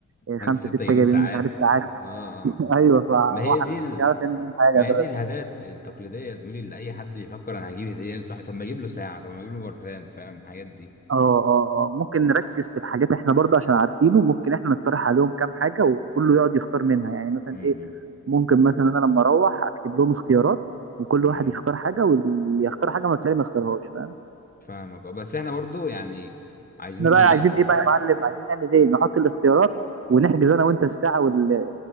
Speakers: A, on the right (about 50°); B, on the left (about 30°).
A: إيه، خمسه
B: خمس ست
A: سته
B: جايبين
A: جايبين
B: ساعات
A: مش عارف ساعات
B: اه
A: <laughs>
B: اه
A: ايوه فهو
B: ما هي
A: حرفيا
B: دي ال...
A: مش عارف يعمل بيهم حاجه
B: ما هي دي الهدايا التقليديه يا زميلي اللي اي حد بيفكر انا هجيب هديه لصاحبي طب ما اجيب له ساعه طب ما اجيب له برفان فاهم الحاجات دي
A: اه اه اه ممكن نركز في الحاجات احنا برضه عشان عارفينه ممكن احنا نقترح عليهم كام حاجه وكله يقعد يختار منها يعني مثلا
B: امم
A: ايه ممكن مثلا انا لما اروح اكتب لهم اختيارات وكل
B: امم
A: واحد يختار حاجه واللي يختار حاجه ما التاني ما يختارهاش فاهم
B: فاهمك اه بس احنا برضو يعني عايزين
A: احنا بقى
B: آه،
A: عايزين ايه بقى يا معلم عايزين نعمل ايه نحط الاختيارات ونحجز انا وانت الساعه وال...